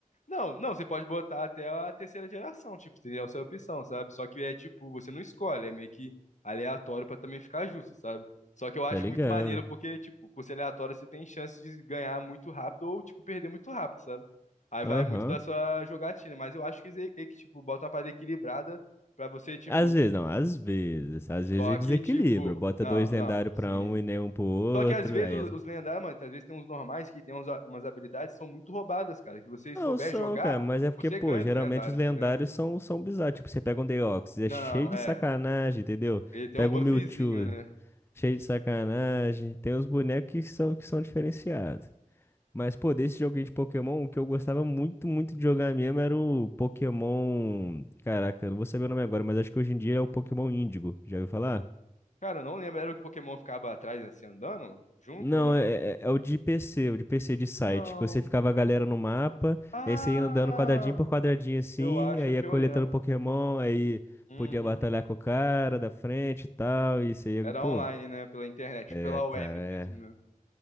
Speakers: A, on the left; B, on the left.
A: Não, não, você pode botar até a terceira geração, tipo, seria a sua opção, sabe? Só que é tipo, você não escolhe, é meio que aleatório pra também ficar justo, sabe? Só que eu acho
B: Tá ligado.
A: muito maneiro porque, tipo, por ser aleatório, você tem chance de ganhar muito rápido ou, tipo, perder muito rápido, sabe? Aí
B: Aham.
A: vai muito da sua jogatina, mas eu acho que, ze- é que tipo, bota uma parada equilibrada pra você, tipo,
B: Às vezes, não, às vezes. Às
A: só
B: vezes ele desequilibra.
A: que, tipo,
B: Bota
A: não,
B: dois lendários
A: não, sim.
B: pra um e nenhum pro outro.
A: Só que às vezes
B: Aí
A: o-
B: essa.
A: os lendários, mano, às vezes tem uns normais que tem uns a- umas habilidades que são muito roubadas, cara. Que você
B: Não
A: souber
B: são,
A: jogar,
B: cara, mas é porque,
A: você
B: pô,
A: ganha
B: geralmente
A: dos lendários,
B: os lendários
A: tá ligado?
B: são, são bizarros. Tipo, você pega um Deoxys, é
A: Não,
B: cheio de
A: é.
B: sacanagem, entendeu?
A: Ele tem
B: Pega
A: um buffzinho,
B: um Mewtwo,
A: né?
B: cheio de sacanagem. Tem os bonecos que são, que são diferenciados. Mas, pô, desse joguinho de Pokémon, o que eu gostava muito, muito de jogar mesmo era o Pokémon. Caraca, eu não vou saber o nome agora, mas acho que hoje em dia é o Pokémon Índigo. Já ouviu falar?
A: Cara, eu não lembro. Era o que o Pokémon ficava atrás, assim, andando? Junto
B: Não,
A: ou não?
B: é, é- é o de PC, o de PC de site,
A: Não.
B: que você ficava a galera no mapa,
A: Ah,
B: e aí você ia andando quadradinho por quadradinho assim,
A: eu acho
B: aí ia
A: que
B: coletando
A: eu lembro.
B: Pokémon, aí
A: Uhum.
B: podia batalhar com o cara da frente e tal, e você ia,
A: Era
B: pô,
A: online, né? Pela internet,
B: é,
A: pela web
B: cara, é.
A: mesmo, né?